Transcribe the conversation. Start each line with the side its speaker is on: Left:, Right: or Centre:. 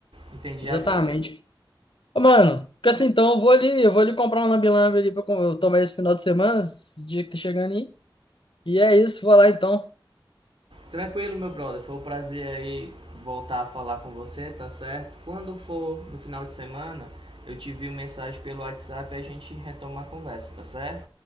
Right: Entendi
Left: exatamente.
Right: agora.
Left: Ô, mano, fica assim, então, eu vou ali, eu vou ali comprar um lambe-lambe ali pra com- eu tomar esse final de semana, esse dia que tá chegando aí. E é isso, vou lá então.
Right: Tranquilo, meu brother. Foi um prazer aí voltar a falar com você, tá certo? Quando for no final de semana, eu te envio mensagem pelo WhatsApp e a gente retoma a conversa, tá certo?